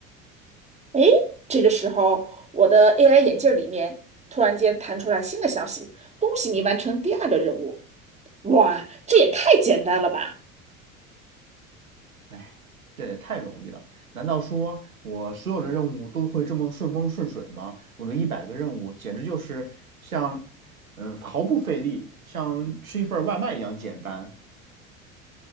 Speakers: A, on the right; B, on the right.
A: 哎，这个时候我的 AI 眼镜里面突然间弹出来新的消息：恭喜你完成第二个任务。哇，这也太简单了吧！
B: 哎，这也太容易了。难道说我所有的任务都会这么顺风顺水吗？我的一百个任务简直就是像，嗯，毫不费力，像吃一份外卖一样简单。